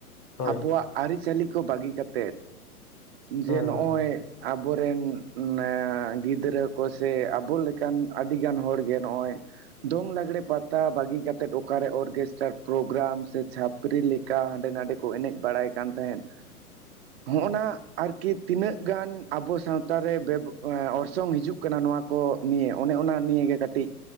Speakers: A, on the left; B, on the right.
A: ᱦᱳᱭ
B: ᱟᱵᱚᱣᱟᱜ ᱟᱨᱤᱼᱪᱟᱹᱞᱤ ᱠᱚ ᱵᱟᱜᱤ ᱠᱟᱛᱮᱫ ᱡᱮ
A: ᱦᱳᱭ
B: ᱱᱚᱜᱼᱚᱭ
A: ᱦᱳᱭ
B: ᱟᱵᱚ ᱨᱮᱱ ᱱᱮ ᱜᱤᱫᱽᱨᱟᱹ ᱠᱚ ᱥᱮ ᱟᱵᱚ ᱞᱮᱠᱟᱱ ᱟᱰᱤ ᱜᱟᱱ ᱦᱚᱲ ᱜᱮ ᱱᱚᱜᱼᱚᱭ ᱫᱚᱝ ᱞᱟᱜᱽᱲᱮ ᱯᱟᱛᱟ ᱵᱟᱜᱤ ᱠᱟᱛᱮᱫ ᱚᱠᱟ ᱨᱮ ᱚᱨᱜᱮᱥᱴᱟᱨ ᱯᱨᱳᱜᱽᱨᱟᱢ ᱥᱮ ᱪᱷᱟᱯᱨᱤ ᱞᱮᱠᱟ ᱦᱟᱸᱰᱮ ᱱᱟᱸᱰᱮ ᱠᱚ ᱮᱱᱮᱡ ᱵᱟᱲᱟᱭ ᱠᱟᱱ ᱛᱟᱦᱮᱸᱫ᱾ ᱦᱚᱸᱜᱼᱚᱱᱟ ᱟᱨᱠᱤ ᱛᱤᱱᱟᱹᱜ ᱜᱟᱱ ᱟᱵᱚ ᱥᱟᱶᱛᱟ ᱨᱮ ᱵᱮᱵᱽ ᱮᱸ ᱚᱨᱥᱚᱝ ᱦᱤᱡᱩᱜ ᱠᱟᱱᱟ ᱱᱚᱣᱟ ᱠᱚ ᱱᱤᱭᱟᱹ ᱚᱱᱮ ᱚᱱᱟ ᱱᱤᱭᱟᱹ ᱜᱮ ᱠᱟᱹᱴᱤᱡ